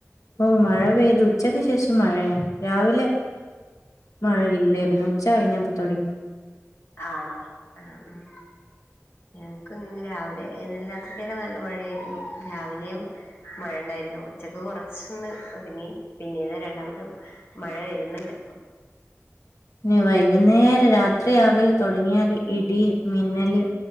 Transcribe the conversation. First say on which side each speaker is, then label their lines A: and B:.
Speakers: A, on the left; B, on the left.
A: പ്പൊ മഴ പെയ്തു ഉച്ചക്ക് ശേഷം മഴയാണ് രാവിലെ മഴല്ലെര്ന്നു ഉച്ച കയ്ഞ്ഞപ്പോ തൊട‌ങ്ങി
B: ആണോ ഏഹ് ഉം ഞങ്ങക്ക് ഇന്ന് രാവിലെ ഇന്നലെ രാത്രിക്കെന്നെ ന്നല്ല മഴെര്ന്നു രാവിലെയും മഴണ്ടായിരുന്നു ഉച്ചക്ക് കൊറച്ചൊന്ന് ഒതുങ്ങി പിന്നീത രണ്ടാമതും മഴ വെര്ന്ന്ണ്ട്
A: ഞ്ഞി വൈകുന്നേരം രാത്രിയാകല് തൊടങ്യാല് ഇടി മിന്നല്